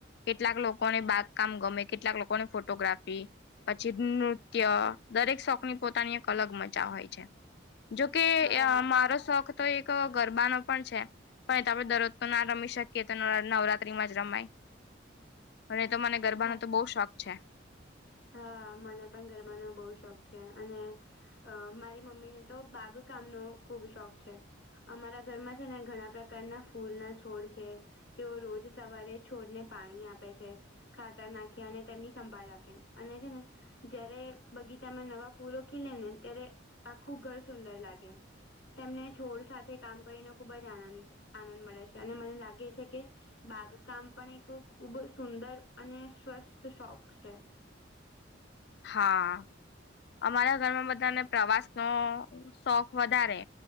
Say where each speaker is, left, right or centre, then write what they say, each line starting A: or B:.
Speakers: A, on the left; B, on the left.
A: કેટલાક લોકોને બાગકામ ગમે કેટલાક લોકોને ફોટોગ્રાફી, પછી નૃત્ય દરેક શોખની પોતાની એક અલગ મજા હોય છે. જોકે
B: હા
A: અ મારો શોખ. તો એક ગરબા ન પણ છે, પણ આપડે દરરોજ તો ના રમી શકીએ તો નવરાત્રી, કરીમાં જ રમાય અને તો મને ગરબાનો
B: હા
A: તો બહુ શોખ છે.
B: હા મને પણ ગરબાનો બહુ શોખ છે, અને અ મારી મમ્મીને તો બાગકામનો ખુબ શોખ છે. અમારા ઘરમાં છે, ને ઘણા પ્રકારના ફૂલ ના છોડ છે. તેઓ રોજ સવારે છોડને પાણી આપે છે, ખાતર નાખે અને તેમની સંભાળ રાખે. અને છે, ને જયારે બગીચામાં નવા ફૂલો ખીલે ને ત્યારે આખું ઘર સુંદર લાગે. તેમને છોડ સાથે કામ કરીને ખુબ જ આનંદ આનંદ મળે છે, અને મને લાગે છે, કે બાગકામ પણ એક ખૂબ સુંદર અને સ્વસ્થ શોખ છે.
A: હા, અમારા ઘરમાં બધાને પ્રવાસ નો શોખ વધારે,